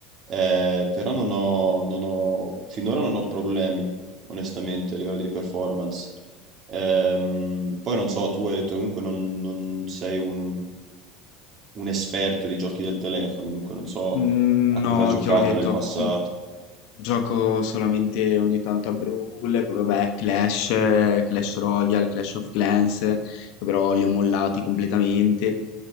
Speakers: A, on the right; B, on the left.
A: Eh, però non ho, non ho- finora non ho problemi, onestamente, a livello di performance. Ehm, poi non so, tu hai detto comunque non, non sei un, un esperto di giochi del telefono, dunque non so
B: Mm,
A: a
B: No,
A: cosa ha giocato
B: te l'ho detto,
A: nel passato.
B: mm, gioco solamente ogni tanto a Brawl, poi vabbè, Clash, eh, Clash Royale, Clash of Clans, eh, che però li ho mollati completamente.